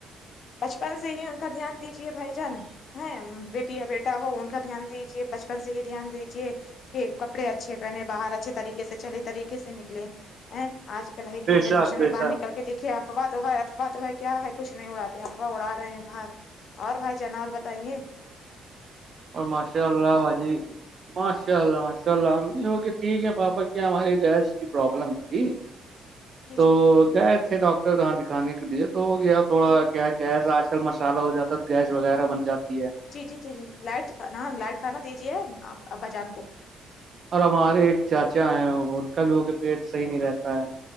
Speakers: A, on the left; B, on the right.
A: بچپن سے ہی ان کا دھیان دیجیے بھائی جان ہے بیٹی یا بیٹا ہو ان کا دھیان دیجے بچپن سے ہی دھیان دیجے کہ کپڑے اچھے پہنے باہر اچھے طریقے سے چلے طریقے سے نکلے ہیں آج کل ہی کیا جنگریشن
B: شک بے
A: میں باہر
B: شک
A: نکل کے دیکھیے آپ افوا تو افا تو ہے کیا ہے کچھ نہیں اڑاتے افوا اڑا رہے ہیں باہر اور کھائی جانا اور بتائیں گے
B: اور ماشاء اللہ باجی ماشاء اللہ ماشاء اللہ اوکے ٹھیک ہے پاپا کیا ہماری گیس کی پرابلم تھی
A: جی
B: تو
A: جی
B: گیا اسے ڈاکٹر وہاں دکھانے کے لیے تو وہ گیا تھوڑا
A: جی
B: کیا گیس آج کل مسالہ ہو جاتا ہے تو گیس وغیرہ بن جاتی ہے
A: جی جی جی جی لائٹ کھانا ہاں لائٹ کھانا دیجیے آپ ابا جان کو
B: اور ہمارے ایک چاچا ہیں ان کا بھی ہو کے پیٹ صحیح نہیں رہتا ہے